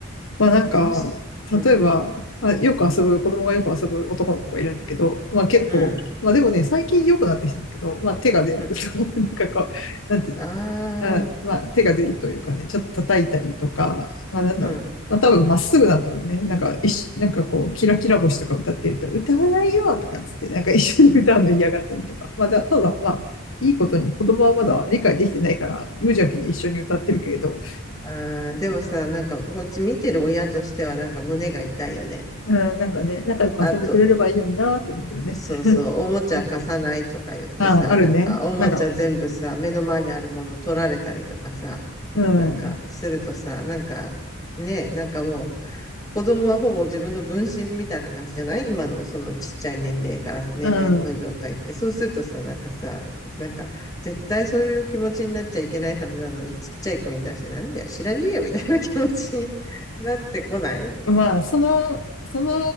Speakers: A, on the left; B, on the left.
A: まあなんか、
B: どうし、うん、
A: 例えば、まあ、よく遊ぶ、子供がよく遊ぶ男の子がいるんだけど、まあ結構、
B: うん、
A: まあでもね、最近良くなってきたんだけど、まあ手が出るとか、
B: うん。
A: <laughs> なんかこう、なんていうの、
B: あ
A: あ、
B: あ、
A: まあ手が出るというかね、ちょっと叩いたりとか、まあなんだろう、
B: うん。
A: まあ多分まっすぐなんだろうね。なんか一緒、なんかこう、キラキラ星とか歌ってると、歌わないよとかっつって、なんか一緒に歌うの嫌がったりとか、まあだ、ただまあ、いいことに子供はまだ理解できてないから、無邪気に一緒に歌ってるけれど、
B: ああ、でもさ、なんかこっち見てる親としてはなんか胸が痛いよね。
A: うん、なんかね、仲良く遊んでくれればいいのになーって思うよね。
B: あと、そうそう、おもちゃ貸さないとか言ってさ、
A: <laughs> あ、あるね。
B: なんかおもちゃ全部さ、
A: なんか、
B: 目の前にあるもの取られたりとかさ、
A: うん。
B: なんかするとさ、なんかね、なんかもう、子供はほぼ自分の分身みたいな感じじゃない今のそのちっちゃい年齢から年齢の状態って。
A: うん。
B: そうするとさ、なんかさ、なんか絶対そういう気持ちになっちゃいけないはずなのに、ちっちゃい子に対してなんだよ、知らねえよみたいな気持ちになってこない
A: まあ、その、その